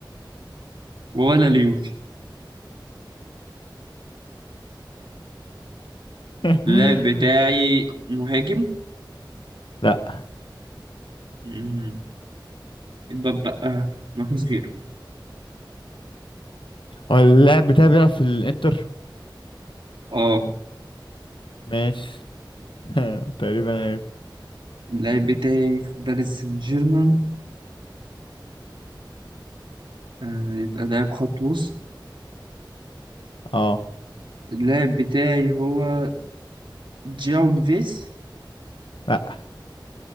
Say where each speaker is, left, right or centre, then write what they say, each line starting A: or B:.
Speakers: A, on the right; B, on the left.
A: ولا اليوفي
B: <laughs>
A: اللاعب بتاعي مهاجم
B: لا
A: مم، يبقى بقى ماركوس فيرو
B: هو اللاعب بتاعي بيلعب في الانتر
A: اه
B: ماشي <laughs> تقريبا عرفت
A: اللاعب بتاعي في باريس سان جيرمان آه، يبقى لاعب خط وسط
B: اه
A: اللاعب بتاعي هو جاو نيفيس
B: لا